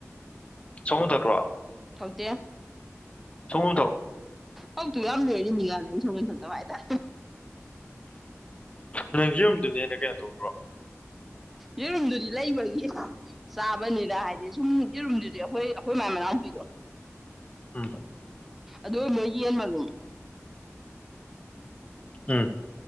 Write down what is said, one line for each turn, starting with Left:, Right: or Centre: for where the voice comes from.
Left: ꯁꯃꯨ ꯊꯠꯇ꯭ꯔꯣ
Centre: ꯍꯧꯥꯎꯇ
Left: ꯇ
Centre: ꯍꯧꯛꯇꯨ ꯌꯥꯝ ꯂꯔꯤ ꯃꯤꯒꯥꯅ ꯑ ꯁꯨꯝ ꯁꯪꯗꯕ ꯍꯥꯏꯇꯥꯔꯦ
Left: ꯅꯪ ꯌꯔꯨꯝꯗꯨꯅꯦꯅ ꯀꯩꯅꯣ ꯇꯧꯗ꯭ꯔꯣ
Centre: ꯌꯦꯔꯨꯝꯗꯨꯗꯤ ꯂꯩꯕꯒꯤ ꯆꯥꯕꯅꯤꯅ ꯍꯥꯏꯗꯤ ꯁꯨꯝ ꯌꯦꯔꯨꯝꯗꯨꯗꯤ ꯑꯩꯈꯣꯏ ꯑꯩꯈꯣꯏ ꯃꯃꯥꯏ ꯃꯅꯥꯎꯄꯤꯗꯣ <inaudible>
Left: ꯎꯝ
Centre: ꯑꯗ ꯂꯣꯏꯒꯤꯟ ꯃꯉꯣ
Left: ꯎꯝ